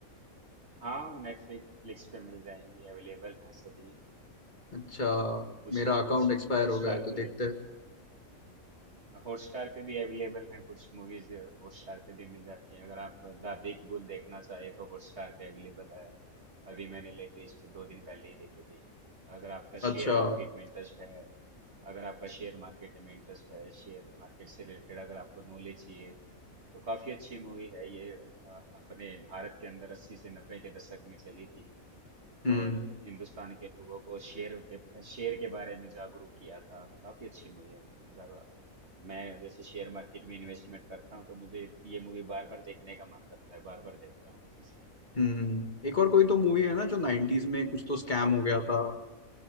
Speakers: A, on the right; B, on the left.
A: हाँ नेटफ्लिक्स पे मिल जाएंगी अवेलेबल हैं सभी
B: अच्छा
A: अ, कुछ
B: मेरा अकाउंट
A: हॉट
B: एक्सपायर
A: हॉटस्टार
B: हो गया है तो
A: पे
B: देखते हैं।
A: हॉटस्टार पे भी अवेलेबल हैं कुछ मूवीज हॉटस्टार पे भी मिल जाती हैं अगर आप द बिग बुल देखना चाहे तो हॉटस्टार पे अवेलेबल है अभी मैंने लेटेस्ट दो दिन पहले ही देखी थी अगर आपका
B: अच्छा
A: शेयर मार्केट में इंटरेस्ट है अगर आपका शेयर मार्केट में इंटरेस्ट है शेयर मार्केट से रिलेटेड अगर आपको नॉलेज चाहिए तो काफी अच्छी मूवी है ये अ, अपने भारत के अंदर अस्सी से नब्बे के दशक में चली थी
B: हम्म
A: और हिंदुस्तान के लोगों को शेर के शेर के बारे में जागरूक किया था काफी अच्छी मूवी है मतलब मैं जैसे शेयर मार्केट में इन्वेस्टमेंट करता हूँ तो मुझे ये मूवी बार बार देखने का मन करता है बार बार देखता हूँ मैं इसे
B: हम्म एक और कोई तो मूवी है ना जो नाइन्टीज में कुछ तो स्कैम हो गया था